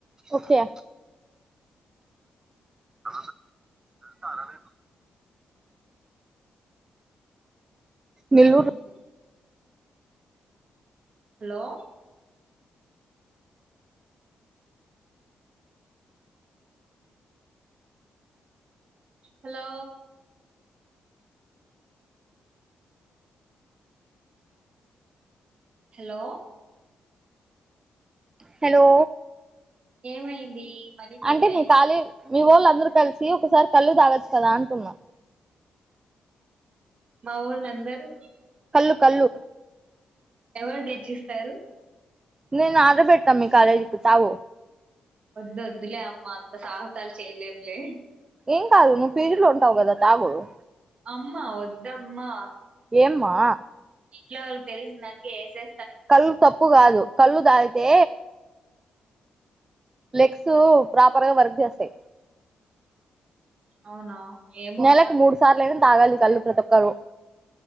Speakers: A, on the right; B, on the right.
A: ఓకే అ తారణ నెల్లూరు
B: హ్మ్ హలో హలో హలో
A: హలో
B: ఏమైంది? మళ్ళీ మ్యూట్
A: అంటే
B: అయింది
A: మీ ఖాళీ మీ వోళ్లన్ అందరు కలిసి ఒకసారి కల్లు తాగచ్చు కదా అనుకున్నాం.
B: మా వోళ్ళు అందరూ
A: కళ్ళు కళ్ళు
B: ఎవరు దెచ్చిస్ ప్పారు.
A: నేను ఆర్డర్ పెడతాం మీ కాలేజీకి తావ
B: వద్ వద్దులే అమ్మ అంత సాహసాలు చేయలేంలే
A: ఏం కాదు నువ్ పీజీలు ఉంటావుదా తాగుోదు
B: అమ్మా వద్దమ్మా
A: ఏమ్మా
B: ఇట్ వాళ్ళకి తెలిసింది అందుకే ఏసే
A: కళ్ళు తప్పు కాదు కళ్ళు తాగితే లెగ్స్ ప్రాపర్ గా వర్క్ చేస్తాయి
B: అవునా ఏమో
A: నెలలకు మూడు సార్లు తాగాలి కళ్ళు ప్రతి ఒక్కరు